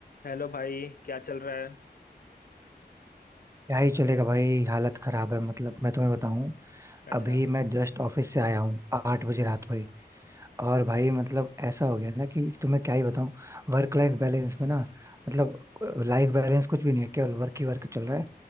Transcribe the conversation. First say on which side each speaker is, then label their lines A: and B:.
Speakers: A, on the left (about 60°); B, on the right (about 15°).
A: Hello भाई क्या चल रहा है
B: क्या ही चलेगा भाई हालत खराब है मतलब मैं तुम्हें बताऊं
A: अच्छा
B: अभी मैं जस्ट ऑफिस से आया हूँ आठ बजे रात को ही और भाई मतलब ऐसा हो गया ना कि तुम्हें क्या ही बताऊं वर्क लाइफ बैलेंस में ना मतलब लाइफ बैलेंस कुछ भी नहीं है केवल वर्क ही वर्क चल रहा है